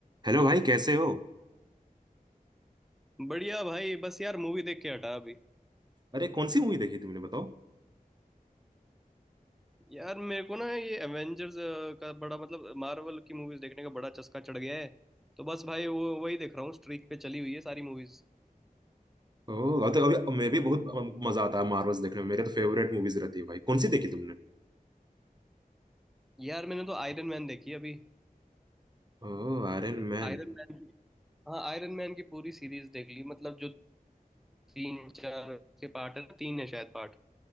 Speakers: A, on the right (about 30°); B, in the centre.
A: हेलो भाई कैसे हो
B: बढ़िया भाई बस यार मूवी देख के हटा अभी
A: अरे कौन सी मूवी देखी तुमने बताओ
B: यार मेरे को ना ये एवेंजर्स का बड़ा मतलब मार्वल की मूवीज देखने का बड़ा चस्का चढ़ गया है तो बस भाई वो वही देख रहा हूँ स्ट्रीक पे चली हुई है सारी मूवीज
A: ओह तो अभी मैं भी बहुत मजा आता है मार्वल्स देखने में मेरे तो फेवरेट मूवीज रहती है भाई कौन सी देखी तुमने
B: यार मैंने तो आयरन मैन देखी अभी
A: ओह आयरन मैन
B: Iron Man हाँ आयरन मैन की पूरी सीरीज देख ली मतलब जो तीन चार के पार्ट है ना तीन है शायद पार्ट